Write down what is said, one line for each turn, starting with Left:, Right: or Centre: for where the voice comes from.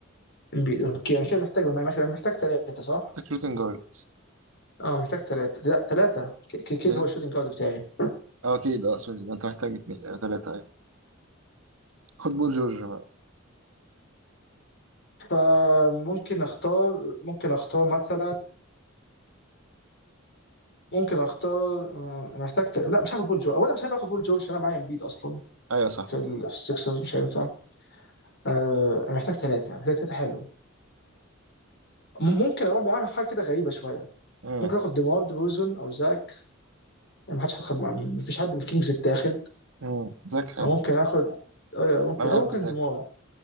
Left: امبيد اوكي انا كده محتاج محتاج محتاج ثلاثه صح؟
Right: محتاج شوتنج جارد
Left: اه محتاج ثلاثة لا ثلاثة كيد
Right: ليه؟
Left: هو الشوتنج جارد بتاعي
Right: اه اكيد اه سوري ده انت محتاج اتنين آه، تلاتة ايوه خد بول جورج بقى
Left: فممكن اختار ممكن اختار مثلا ممكن اختار آه، انا محتاج ت... لا مش هاخد بول جو اولا مش هاخد بول جو عشان انا معايا امبيد اصلا
Right: ايوه صح
Left: في
Right: صح
Left: ال... في السكسرز مش هينفع آه... انا محتاج ثلاثة محتاج ثلاثة حلو م- ممكن اقوم اعمل حاجة كده غريبة شوية
Right: امم
Left: ممكن اخد ديمار دروزن او زاك يعني ما حدش هاخد ما فيش حد من الكينجز اتاخد
Right: امم زاك حلو
Left: او ممكن اخد ايوه ممكن
Right: انا
Left: او
Right: بحب
Left: ممكن
Right: زاك
Left: ديمار